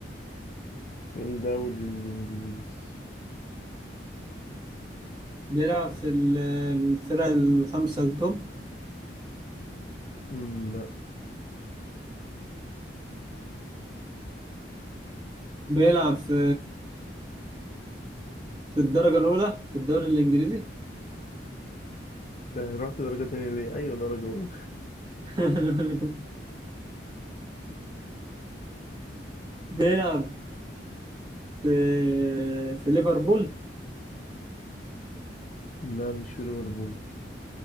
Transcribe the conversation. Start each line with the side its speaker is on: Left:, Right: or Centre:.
Left: الدوري الإنجليزي
Right: بيلعب في ال- الفرق الخمسة التوب
Left: امم لا
Right: بيلعب في في الدرجة الأولى في الدوري الإنجليزي
Left: انت رحت درجة تانية ليه؟ أيوة درجة أولى <laughs>
Right: <laughs> بيلعب في في ليفربول
Left: لا مش في ليفربول